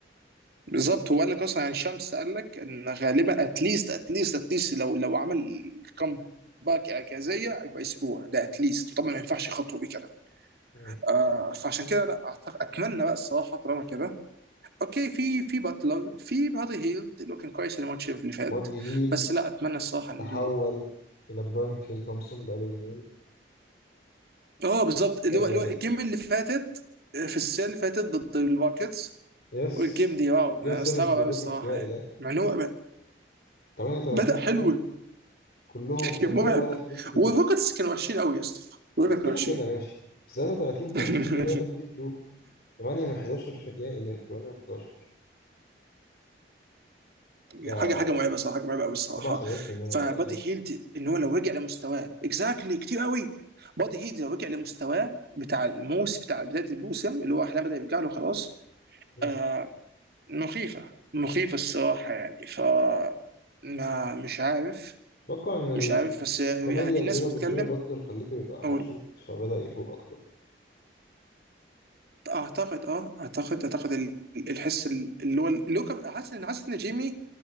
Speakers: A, on the right; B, on the left.
A: بالظبط هو قال لك اصلا يعني شمس قال لك ان غالبا اتليست اتليست اتليست لو لو عمل كام باك اعجازيه يبقى اسبوع ده اتليست طبعا ما ينفعش خطوه دي كده
B: يعني.
A: آه فعشان كده لا أعتقد اتمنى بقى الصراحه طالما كده اوكي في في باتلر في بادي هيلد اللي هو كان كويس يعني الماتش اللي فات
B: بادي هيل
A: بس لا اتمنى الصراحه ان
B: تحول إلى برايم كلي تومسون بقاله جيمين
A: اه بالظبط اللي
B: يا
A: هو اللي
B: إلهي
A: هو الجيم اللي فاتت آه، في السنه اللي فاتت ضد الباكتس
B: يس
A: والجيم دي واو
B: جيم
A: انا
B: 7
A: مستغرب
B: ضد
A: قوي
B: الروكيتس
A: الصراحه
B: يا إلهي
A: يعني مع ان هو
B: 33
A: بدا حلو
B: بوينت كلهم
A: <laughs> كان
B: من
A: مرعب
B: غير ولا فري ثرو
A: والروكتس كانوا وحشين قوي يا اسطى الروكتس كانوا
B: كده
A: وحشين
B: كده ماشي بس 33 بوينت
A: <laughs>
B: من غير ولا فري ثرو 8 من 11 في... يا إلهي 8 من 11 ده
A: حاجه حاجه مرعبه صراحه حاجه مرعبه قوي الصراحه
B: 77%
A: فبادي
B: يا إلهي
A: هيلد ان هو لو رجع لمستواه اكزاكتلي كتير قوي بادي هيلد لو رجع لمستواه بتاع الموس بتاع بدايه الموسم اللي هو احلام بدا يرجع له خلاص
B: مم.
A: آه، مخيفة مخيفة الصراحة يعني ف ما مش عارف
B: أتوقع إن الكوميديا
A: مش عارف بس يعني الناس
B: اللي بينه وبين
A: بتتكلم
B: جيمي باتلر خلته يبقى مبسوط
A: او
B: فبدأ يفوق أكتر
A: اعتقد اه اعتقد اعتقد ال- الحس اللي هو اللي هو كان- حاسس ان حاسس ان جيمي